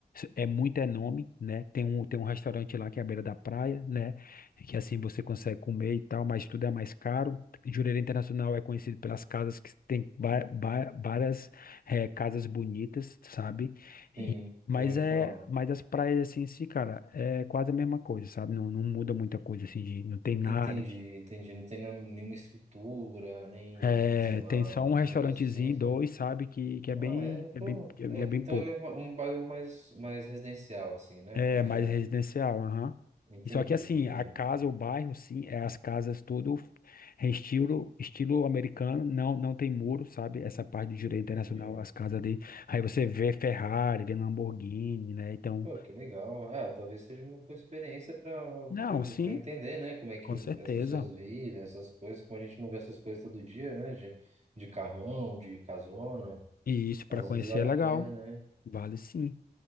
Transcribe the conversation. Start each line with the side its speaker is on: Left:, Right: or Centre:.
Left: é muito é nome, né? Tem um, tem um restaurante lá que é à beira da praia, né? Que assim você consegue comer e tal, mas tudo é mais caro. Jurerê Internacional é conhecido pelas casas que tem va- va- várias é, casas bonitas, sabe? E-
Right: Sim,
Left: mas
Right: já ouvi
Left: é,
Right: falar.
Left: mas as praias assim, em si, cara, é quase a mesma coisa, sabe? Não, não muda muita coisa assim, de, não tem nada.
Right: Entendi,
Left: de-
Right: entendi. Não tem nem- nenhuma estrutura, nem,
Left: É,
Right: sei lá,
Left: tem só um
Right: os
Left: restaurantezinho,
Right: negócios assim, sabe?
Left: dois, sabe? Que, que é
Right: Ah,
Left: bem,
Right: é, pô.
Left: é bem, é
Right: É,
Left: bem
Right: então
Left: pouco.
Right: ele é uma- um bairro mais, mais residencial, assim, né?
Left: É
Right: Não é.
Left: mais residencial, aham.
Right: Entendi,
Left: E Só que assim, a casa, o bairro, sim, é as casas tudo em estilo, estilo americano, não, não tem muro, sabe? Essa parte de direito
Right: entendi.
Left: internacional, as casas ali. Aí você vê Ferrari, vê Lamborghini, né? Então,
Right: Pô, que legal. Ah, talvez seja uma boa experiência para
Left: não, sim,
Right: para entender, né? Como é que
Left: Com
Right: os-
Left: certeza.
Right: as pessoas vivem, essas coisas, como a gente não vê essas coisas todo dia, né? De, de carrão, de casona.
Left: E isso para
Right: Às
Left: conhecer
Right: vezes vale
Left: é legal.
Right: a pena, né?
Left: Vale sim.